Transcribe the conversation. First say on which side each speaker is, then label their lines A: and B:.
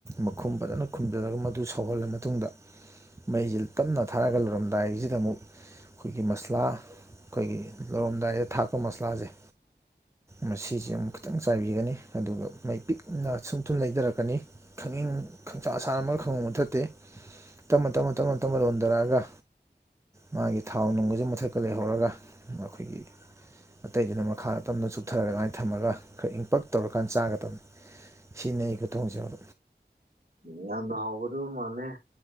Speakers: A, on the right; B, on the right.
A: ꯃꯈꯨꯝ ꯐꯖꯅ ꯈꯨꯝꯖꯤꯜꯂꯒ ꯃꯗꯨ ꯁꯧꯍꯜꯂ ꯃꯇꯨꯡꯗ ꯃꯩꯁꯤ ꯇꯞꯅ ꯊꯥꯔꯒ ꯂꯣꯏꯔꯝꯗꯥꯏꯁꯤꯗ ꯑꯃꯨꯛ ꯑꯩꯈꯣꯏꯒꯤ ꯃꯁꯂꯥ ꯑꯩꯈꯣꯏꯒꯤ ꯂꯣꯏꯔꯝꯗꯥꯏꯗ ꯊꯥꯛꯄ ꯃꯁꯂꯥꯖꯦ ꯃꯁꯤꯁꯦ ꯑꯃꯨꯛ ꯈꯤꯇꯪ ꯆꯥꯏꯕꯤꯒꯅꯤ ꯑꯗꯨꯒ ꯃꯩ ꯄꯤꯛꯅ ꯁꯨꯝ ꯁꯨꯝ ꯂꯩꯗꯔꯛꯀꯅꯤ ꯈꯪꯅꯤꯡ ꯈꯪꯁꯥ ꯁꯥꯔꯝꯃꯒ ꯈꯪꯃꯨꯠ ꯃꯨꯊꯠꯇꯦ ꯇꯞꯅ ꯇꯞꯅ ꯇꯞꯅ ꯇꯞꯅ ꯂꯣꯟꯗꯔꯛꯑꯒ ꯃꯥꯒꯤ ꯊꯥꯎ ꯅꯨꯡꯒꯖꯨ ꯃꯊꯛꯇ ꯂꯩꯍꯧꯔꯒ ꯑꯩꯈꯣꯏꯒꯤ ꯑꯇꯩꯗꯨꯅ ꯃꯈꯥ ꯇꯝꯅ ꯆꯨꯞꯊꯔ ꯑꯗꯨꯃꯥꯏ ꯊꯝꯃꯒ ꯈꯔ ꯏꯪꯄꯛ ꯇꯧꯔꯀꯥꯟ ꯆꯥꯒꯗꯕꯅꯤ ꯁꯤꯅꯦ ꯑꯩ ꯈꯨꯊꯣꯡꯁꯦ <inaudible>
B: ꯎꯝ ꯌꯥꯝꯅ ꯍꯥꯎꯒꯗꯧꯕ ꯃꯥꯥꯟꯅꯦ